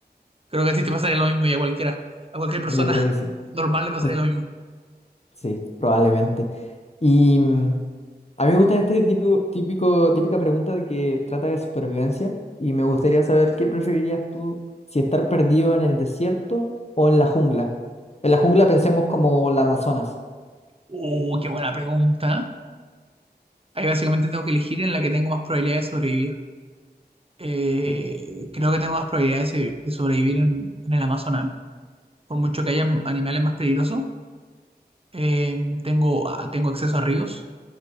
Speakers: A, on the right; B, on the left.
A: Creo que a ti te pasaría lo mismo y a cualquiera, a cualquier persona
B: Yo creo que
A: <laughs>
B: sí.
A: normal le pasaría
B: Cu-
A: lo mismo.
B: Sí, probablemente. Y mm, a mí me gusta este típico, típico, típica pregunta de que trata de supervivencia y me gustaría saber qué preferirías tú, si estar perdido en el desierto o en la jungla. En la jungla pensemos como la Amazonas.
A: Uh, qué buena pregunta. Ahí básicamente tengo que elegir en la que tengo más probabilidad de sobrevivir. eh,
B: Sí.
A: creo que tengo más probabilidades de, de sobrevivir en, en el Amazonas. Por mucho que haya animales más peligrosos, eh, tengo, a- tengo acceso a ríos,